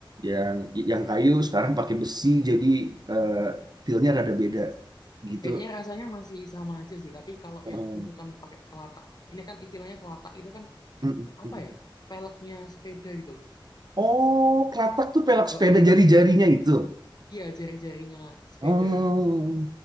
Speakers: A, on the right (about 50°); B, on the left (about 50°).
A: yang yang
B: iya.
A: kayu sekarang pakai besi jadi eh, feel rada beda gitu
B: Kayaknya rasanya masih sama aja sih, tapi kalau
A: Em,
B: yang tusukan pakai kelatak, ini kan istilahnya kelatak itu kan
A: mm, mm,
B: apa
A: mm.
B: ya? Peleknya sepeda gitu loh.
A: oh kelatak tuh pelak
B: Eh,
A: sepeda
B: eh.
A: jari-jarinya itu
B: Iya, jari-jarinya sepeda.
A: oh